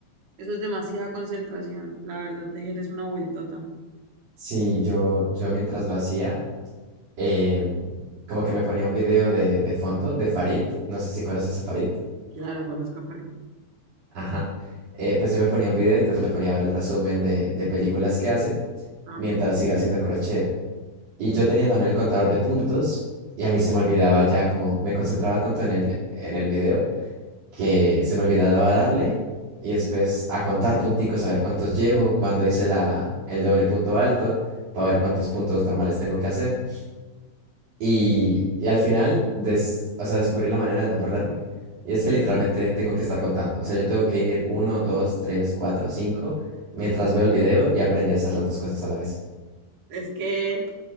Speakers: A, on the right; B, on the right.
A: Eso es demasiada concentración. La verdad, tejer es una vueltota.
B: Sí, yo, yo mientras lo hacía, em, como que me ponía un video de, de fondo de Farid, no sé si conoces a Farid,
A: Claro, conozco a París.
B: ajá, Eh, pues yo me ponía un video, entonces me ponía a ver el resumen de, de películas que hace
A: Ajá.
B: mientras iba haciendo crochet. Y yo tenía también el contador de puntos y a mí se me olvidaba ya como me concentraba tanto en el, en el video que se me olvidaba darle y después a contar punticos, a ver cuántos llevo, cuándo hice la, el doble punto alto, para ver cuántos puntos normales tengo que hacer. Y, y al final, des- o sea, descubrí la manera de no perderme. Y es que literalmente tengo que estar contando. O sea, yo tengo que ir uno, dos, tres, cuatro, cinco, mientras veo el video y aprendí a hacer las dos cosas a la vez.
A: Es que